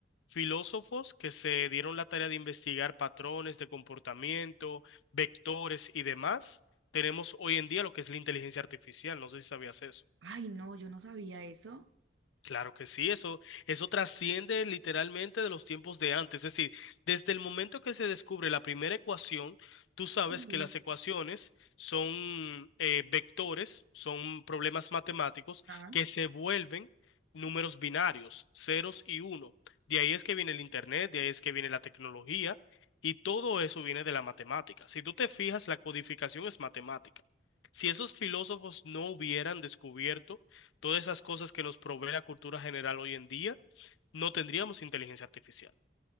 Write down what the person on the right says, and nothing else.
Ay, no, yo no sabía eso.
Sí.
Ah,